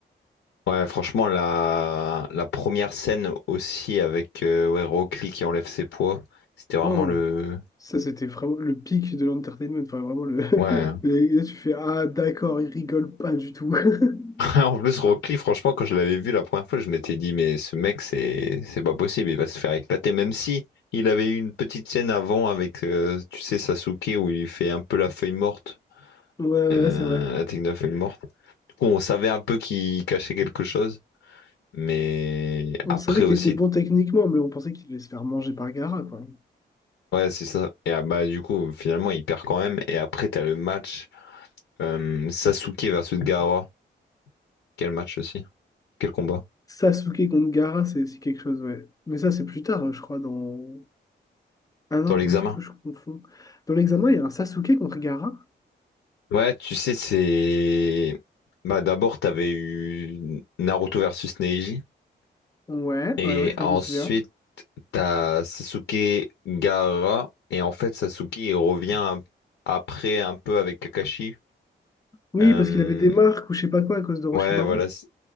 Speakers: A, on the left; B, on the left.
A: Ouais, franchement, la, la première scène aussi avec euh, ouais, Rock Lee qui enlève ses poids, c'était vraiment
B: Oh,
A: le...
B: ça, c'était vraiment le pic de l'entertainment. Enfin, vraiment, le... <laughs>
A: Ouais.
B: et là, tu fais, ah, d'accord, ils rigolent pas du tout. <laughs>
A: <laughs> En plus, Rocky, franchement, quand je l'avais vu la première fois, je m'étais dit, mais ce mec, c'est c'est pas possible, il va se faire éclater. Même si il avait eu une petite scène avant avec, euh, tu sais, Sasuke, où il fait un peu la feuille morte,
B: Ouais,
A: euh,
B: ouais, c'est vrai.
A: la technique de la feuille morte. Du coup, on savait un peu qu'il cachait quelque chose, mais
B: On
A: après
B: savait
A: aussi,
B: qu'il était bon techniquement, mais on pensait qu'il allait se faire manger par Gaara, quoi.
A: ouais, c'est ça. Et ah, bah, du coup, finalement, il perd quand même. Et après, t'as le match euh, Sasuke versus Gaara. Quel match aussi? Quel combat?
B: Sasuke contre Gaara, c'est c'est quelque chose, ouais. Mais ça, c'est plus tard, je crois, dans... Ah non,
A: Dans l'examen.
B: attends, peut-être que je confonds. Dans l'examen, il y a un Sasuke contre Gaara?
A: Ouais, tu sais, c'est... Bah, d'abord, t'avais eu Naruto versus Neji.
B: Ouais,
A: Et
B: ouais, ouais, ça,
A: ensuite,
B: je me souviens.
A: t'as Sasuke Gaara. Et en fait, Sasuke, il revient un- après un peu avec Kakashi.
B: Oui,
A: Euh,
B: parce qu'il avait des marques ou je sais pas quoi à cause d'Orochimaru.
A: Ouais, voilà. c'est-